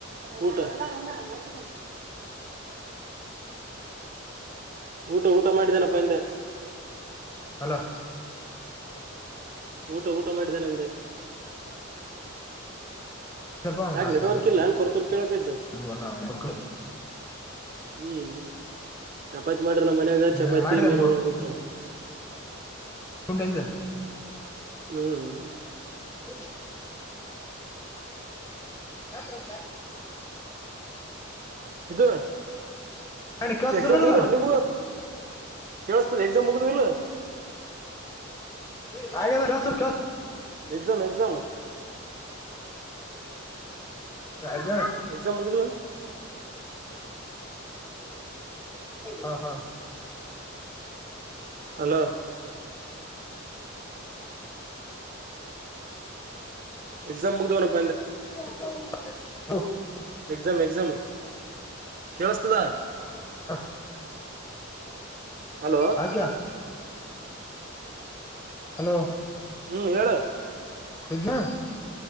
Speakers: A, on the right (about 40°); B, on the left (about 15°).
A: ಎಲ್ಲು ಉ ಊಟ ಊಟ ಮಾಡಿದ್ದೇನಪ್ಪ ಹಂದೆ
B: ಅಲೋ
A: ಊಟ ಊಟ ಮಾಡಿದ್ದನೆ ನಿಂಗ್ದೆ
B: ಮಾಡಿದಪ್ಪ ಒಂದ್
A: ಯಾಕ
B: ನಾಲ್ಕು
A: ನೆಟ್ವರ್ಕ್
B: ಹಣ್ಣು,
A: ಇಲ್ಲ ನನ್ ಕೊರ್ಕರ್ ಕೇಳಕ ಇದ್ದ
B: ಮೂರ್ ನಾಲ್ಕು ಮಕ್ಳು
A: ಹ್ಮ್ ಚಪಾತಿ ಮಾಡ್ರ ನಮ್ಮ ಮನ್ಯಾಗ
B: ಹ್ಮ್
A: ಚಪಾತಿ
B: ಮಾಡಿದೆ
A: ಮೀನು ಹ ಉಕ
B: ಂಡೈಂದ
A: ಹ್ಮ್
B: ಬ ಹಾ ಪ್ರಮದಾ
A: ಇದು
B: ಮಾಡಿ ಕೇಳಿಸ್ತಿಲ್ಲ
A: ಎಕ್ಸಾಮ್
B: ನಿನಗ
A: ಮೂ ನಿು ಕೇಳಿಸತದೆ ಎ ಮುಗದುಲ್ಲ
B: ಹಾಗ
A: ಎಸಾಮ ಎಕ್ಸಾಮ
B: ಆ ಗ
A: ಎಕ್ಸಾಮ್ ಮುಗ್ದು
B: ಹಾ ಹಾ
A: ಅಲೋ ಎಸಾಮ ಮುಲ್
B: ಹ
A: ಎಕ್ಸಾಮ್ ಎಕ್ಸಾಮ್ ಕೇಳಸ್ತದ
B: ಹಾ
A: ಹಲೋ
B: ಆಕ್ಯಾ ಹಲೋ
A: ಹ್ಮ್ ಹೇಳ
B: ಸ